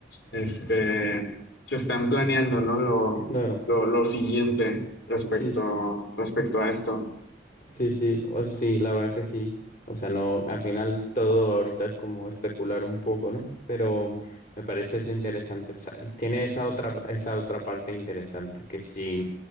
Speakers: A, on the left; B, on the left.
A: este, se están planeando, ¿no? Lo,
B: claro.
A: lo, lo siguiente respecto,
B: Sí,
A: respecto a esto.
B: sí, sí. O sea, sí, la verdad que sí. O sea, no, al final todo ahorita es como especular un poco, ¿no? Pero me parece eso interesante. O sea, tiene esa otra, esa otra parte interesante que sí.